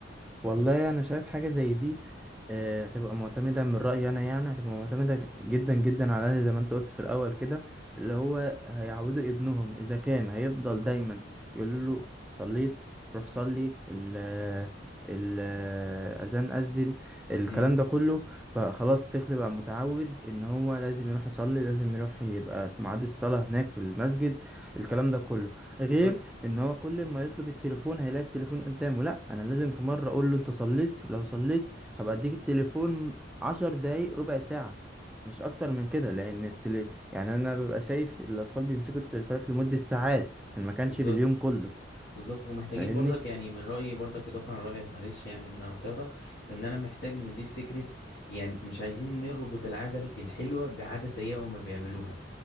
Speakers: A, in the centre; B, on the left (about 60°).
A: والله
B: مم.
A: انا شايف حاجه زي دي آه، هتبقى معتمده من رايي انا يعني هتبقى معتمده جدا جدا على زي ما انت قلت في الاول كده اللي هو هيعودوا ابنهم اذا كان هيفضل دايما يقول له صليت روح صلي ال ال اذان اذن الكلام
B: مم.
A: ده كله فخلاص الطفل بقى متعود ان هو لازم يروح يصلي لازم يروح يبقى في ميعاد الصلاه هناك في المسجد الكلام ده كله غير
B: بالظبط
A: ان هو كل ما يطلب التليفون هيلاقي التليفون قدامه لا انا لازم في مره اقول له انت صليت لو صليت هبقى اديك التليفون عشر دقايق ربع ساعه مش اكتر من كده لان التلي... يعني انا ببقى شايف الاطفال بيمسكوا التليفونات لمده ساعات ان ما كانش
B: بالظبط
A: باليوم كله
B: بالظبط ومحتاجين
A: فاهمني
B: برضك يعني من رأيي برضك إضافة عن رأيك معلش يعني إن أنا قطعتك فإن أنا محتاج نضيف فكرة يعني مش عايزين نربط العادة الحلوة بعادة سيئة هما بيعملوها